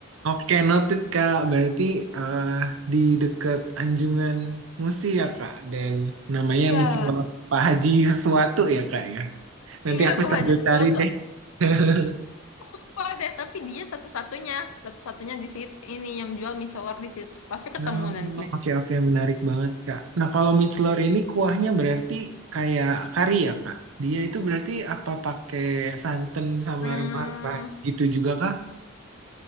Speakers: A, on the right (about 70°); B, on the left (about 80°).
A: Oke, noted Kak. Berarti eh, di dekat Anjungan Musi ya Kak, dan namanya
B: iya
A: micellar Pak Haji sesuatu ya Kak ya. Nanti
B: iya
A: aku
B: Pak
A: sambil
B: Haji sesuatu
A: cari deh. <laughs>
B: Aku lupa deh, tapi dia satu-satunya, satu-satunya di situ ini yang jual mie celor di situ. Pasti
A: Hmm,
B: ketemu nanti.
A: oke oke menarik banget Kak. Nah, kalau mixler ini kuahnya berarti kayak kari ya Kak. Dia itu berarti apa pakai santan sama
B: Hmm,
A: rempah-rempah gitu juga Kak?